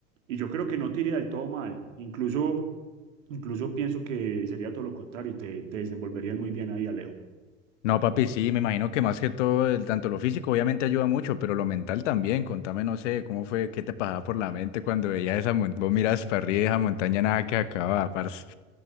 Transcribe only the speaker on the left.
No, papi, sí, me imagino que más que todo, el- tanto lo físico obviamente ayuda mucho, pero lo mental también. Contame, no sé, cómo fue, qué te pasaba por la mente cuando veías esa montaña, vos miras para arriba y esa montaña nada que acababa, parce.